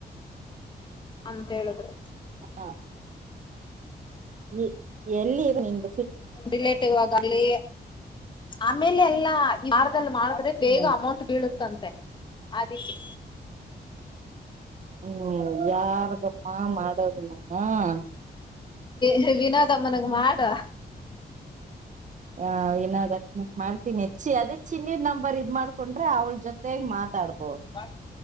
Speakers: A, on the left (about 25°); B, on the right (about 45°).
A: ಅಂತ ಹೇಳಿದ್ರು
B: ಹಾ ಹ್ಮ್ ಎಲ್ಲಿ ಇ
A: ರಿಲೇಟಿವ್ ಆಗಲಿ ಆಮೇಲೆ ಎಲ್ಲಾ ಯಾರದಲ್ಲಿ ಮಾಡಿದ್ರೆ ಬೇಗ
B: ಹ್ಮ್
A: ಅಮೌಂಟ್ ಬೀಳುತ್ತಂತ ಮತ್ತೆ ಅದಕ್ಕೆ
B: ಹ್ಮ್ ಯಾರ್ ಮಾ ಮಾಡೋದ ನಾಮ
A: ಹ ವಿನೋದ್ ಮನೇಗ್ ಮಾಡು
B: ಹ ಏನರ್ ಮಾಡು ನಿಚ್ಚಿ ಅದೇ ಚಿನ್ನಯರ್ ನಂಬರ್ ಇದ್ ಮಾಡ್ಕೊಂಡ್ರೆ ಅವ್ಳ ಜೊತೆಗ್ ಮಾತಾಡ್ಬದ್ದ
A: ಹಾ